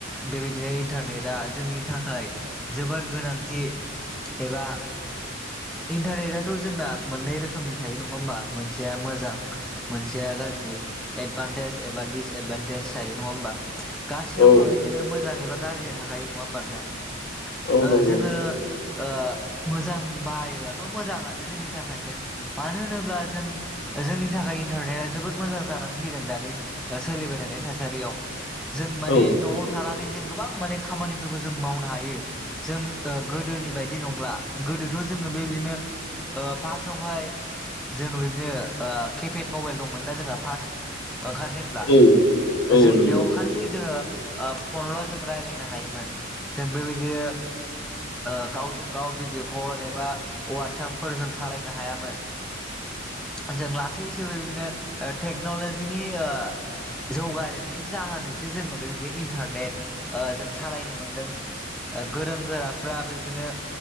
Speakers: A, in the centre; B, on the left.
A: बेबायदिनो इन्टारनेटा जोंनि थाखाय जोबोद गोनांथि एबा इन्टारनेटाथ' जोंना मोननै रोखोमनि थायो नङा होमबा मोनसेया मोजां मोनसेया गाज्रि एदभान्टेज एबा दिस एदभान्टेज थायो नङा होमबा गासैयावबो
B: औ
A: बिदिनो मोजां एबा गाज्रिया थाखायो नङा होमबा नोंथां
B: औ औ
A: ओ
B: नंगौ
A: जोङो ओ मोजां बाहायोब्लाथ' मोजाङानो जोंनि थाखायनो मानो होनोब्ला जों जोंनि थाखाय इन्टारनेटा जोबोद मोजां जानानै फैदों दानि सोलिबाय थानायनि थासारियाव जों माने
B: औ
A: न'आव थानानै जों गोबां माने खामानिफोरखौ जों मावनो हायो। जों ओ गोदोनि बायदि नंला। गोदो जोङो बेबादिनो ओ फासावहाय जों <unintelligible> <unintelligible> ओ केपेड मबाइल दंमोन ना जोंहा फास ओंखार जेनब्ला
B: औ औ
A: जों
B: नंगौ
A: बेयाव खालि जोङो ओ फनल' जों रायलायनो हायोमोन जों बेबायदिनो ओ गावजों गाव भिडिअ' कल एबा वाटसापफोर जों सालायनो हायामोन। जों लासैसो बेबादिनो ओ टेक्न'ल'जिनि ओ जौगानायनि जाहोनैसो जोङो बेबायदि इन्टारनेट ओ जों सालायनो मोनदों। गोरों गोराफ्रा बेबादिनो